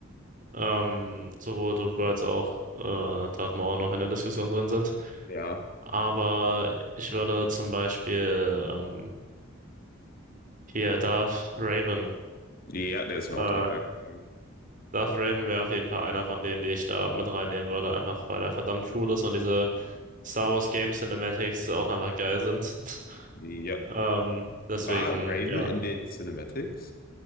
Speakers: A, on the right (about 40°); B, on the left (about 45°).
A: ähm, sowohl Doku als auch äh, Darth Maul noch in der Diskussion drin sind.
B: Ja.
A: Aber ich würde zum Beispiel ähm, hier Darth Raven,
B: Ja, der ist mir
A: äh,
B: auch direkt eingefallen.
A: Darth Raven wäre auf jeden Fall einer von denen, die ich da mit reinnehmen würde, einfach weil er verdammt cool ist und diese Star Wars Game Cinematics auch einfach geil sind. <laughs>
B: Ja.
A: Ähm, deswegen,
B: War Raven
A: ja,
B: in den Cinematics?